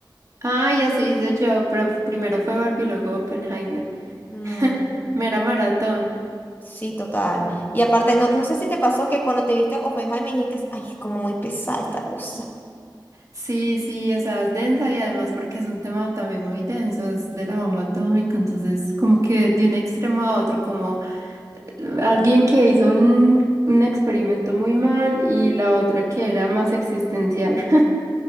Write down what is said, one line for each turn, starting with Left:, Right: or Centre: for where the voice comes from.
Right: Ay, así hice yo, pero primero fue Barbie, luego Oppenheimer.
Left: Mm,
Right: <laughs> Mera maratón.
Left: Sí, total. Y aparte, no, no sé si te pasó que cuando te viste Oppenheimer dijiste, ay, como muy pesada esta cosa.
Right: Sí, sí, o sea, es densa y además porque es un tema también muy denso, es de la bomba atómica, entonces como que de un extremo a otro, como alguien que hizo un, un experimento muy mal y la otra que era más existencial, <laughs>